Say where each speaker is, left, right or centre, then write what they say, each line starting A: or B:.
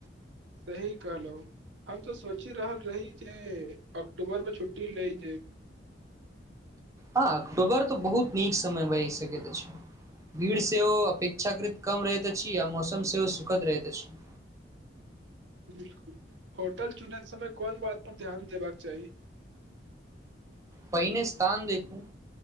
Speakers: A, on the right (about 80°); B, on the right (about 15°).
A: सही कहलौं हम तऽ सोचि रहल रही जे अक्टूबरमे छुट्टी लै जे
B: हँ अक्टुबर तऽ बहुत नीक समय बहि सकैत अछि। भीड़ सेहो अपेक्षाकृत कम रहैत अछि आ मौसम सेहो सुखद रहैत अछि।
A: बिलकुल होटल चुनेके समय कोन बात पर ध्यान देबाक चाही
B: पहिने स्थान देखूँ